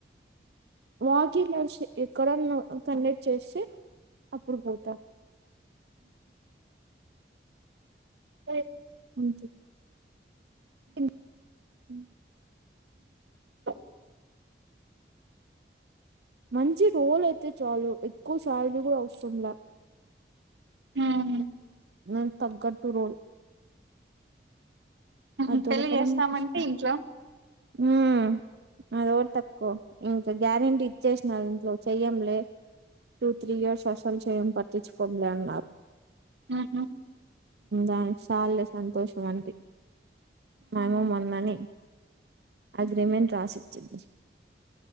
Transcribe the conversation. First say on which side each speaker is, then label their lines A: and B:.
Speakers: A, on the right; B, on the right.
A: వాక్ ఇన్ డ్రైవ్స్ ఎక్కడ అన్న కండెక్ట్ చేస్తే అప్పుడు పోతా
B: అ
A: అ చె ఇం అ
B: అ
A: మంచి రోల్ అయితే చాలు ఎక్కువ సాలరీ కూడా అవసరంలా
B: ఉమ్
A: నాక్ తగ్గట్టు రోల్
B: ఉహు
A: దొరకడం
B: పెళ్లి చేస్తామంటే
A: కోసం
B: ఇంట్లో
A: మ్మ్ అదోటి తక్కువ ఇంకా గ్యారెంటీ ఇచ్చేసినారు ఇంట్లో చెయ్యంలే టటుూ త్రీ ఇయర్స్ అసల్ మేమ్ పట్టించుకోములేన్నారు
B: ఉహు
A: దానికి సాల్లే సంతోషం అంటి ము మొన్నని అగ్రిమెంట్ రాసించించి